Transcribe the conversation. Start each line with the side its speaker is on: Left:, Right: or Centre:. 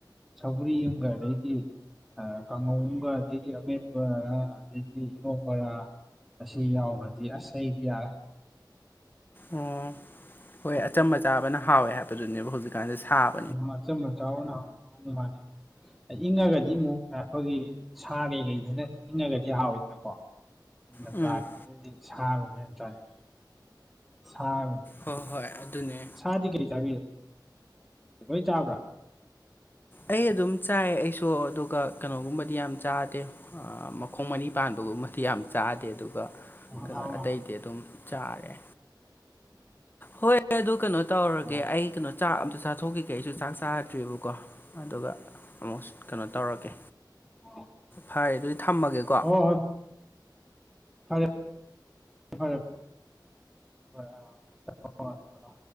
Centre: ꯁꯧꯒꯔꯤ ꯑꯃꯒ ꯑꯗꯩꯗꯤ ꯀꯥꯡꯉꯧ ꯑꯃꯒ ꯑꯗꯩꯗꯤ ꯑꯃꯦꯠꯄꯔꯥ ꯑꯗꯩꯗꯤ ꯏꯔꯣꯛꯕꯔꯥ ꯑꯁꯤ ꯌꯥꯎꯒꯔꯗꯤ ꯑꯁ ꯑꯩꯗꯤ ꯌꯥꯔꯦ
Left: ꯑꯣ ꯍꯣꯏ ꯑꯆꯝꯕ ꯆꯥꯕꯅ ꯍꯥꯎꯋꯦ ꯍꯥꯏꯕꯗꯨꯅꯦꯕ ꯍꯧꯖꯤꯛꯀꯥꯟꯗ ꯁꯥꯕ
Centre: ꯃꯆꯝꯕ ꯆꯕꯅꯥ ꯍꯥꯎꯋꯦ ꯃꯥꯅꯤ ꯃꯥꯅꯤ ꯑꯍꯤꯡꯅꯒꯗꯤ ꯑꯃꯨꯛ <unintelligible> ꯁꯥꯔꯤ ꯉꯩꯗꯅ <unintelligible> ꯍꯥꯎꯋꯤꯗꯅꯀꯣ ꯅꯤꯡ ꯂꯝꯊꯥꯒꯨꯝꯕꯁꯤꯗꯤ
Left: ꯎꯝ
Centre: ꯁꯥꯒꯨꯝꯕ ꯌꯥꯝ ꯆꯥꯅꯤꯡꯉꯤ ꯁꯥꯒꯨꯝ
Left: ꯍꯣꯏ ꯍꯣꯏ ꯑꯗꯨꯅꯦ
Centre: ꯈꯥꯗꯤ ꯀꯩ ꯆꯥꯕꯤꯒꯦ ꯂꯣꯏ ꯆꯥꯕ꯭ꯔꯥ
Left: ꯑꯩ ꯑꯗꯨꯝ ꯆꯥꯏ ꯑꯩꯁꯨ ꯑꯗꯨꯒ ꯀꯩꯅꯣꯒꯨꯝꯕꯗꯤ ꯌꯥꯝ ꯆꯥꯗꯦ ꯃꯈꯣꯡ ꯃꯔꯤ ꯄꯥꯟꯕꯒꯨꯝꯕꯗꯤ ꯌꯥꯝ ꯆꯥꯗꯦ ꯑꯗꯨꯒ
Centre: ꯑꯥ
Left: ꯀꯩꯅꯣ
Centre: ꯑꯥ
Left: ꯑꯇꯩꯗꯤ ꯑꯗꯨꯝ ꯆꯥꯔꯦ ꯍꯣꯏ ꯑꯗꯨ ꯀꯩꯅꯣ ꯇꯧꯔꯒꯦ
Centre: ꯑꯥ
Left: ꯑꯩ ꯀꯩꯅꯣ ꯆꯥꯛ ꯑꯝꯇ ꯆꯥꯊꯣꯛꯈꯤꯒꯦ ꯑꯩꯁꯨ ꯆꯥꯛ ꯆꯥꯗ꯭ꯔꯤꯕꯑꯕꯀꯣ ꯑꯗꯨꯒ ꯑꯃꯨꯛ ꯀꯩꯅꯣ ꯇꯧꯔꯛꯀꯦ
Centre: <inaudible>
Left: ꯐꯔꯦ ꯑꯗꯨꯗꯤ ꯊꯝꯃꯒꯦꯀꯣ
Centre: ꯍꫭ ꯍꯣꯏ ꯐꯔꯦꯦ ꯐꯔꯦ ꯐꯔꯦ ꯐꯔꯦ ꯑꯥ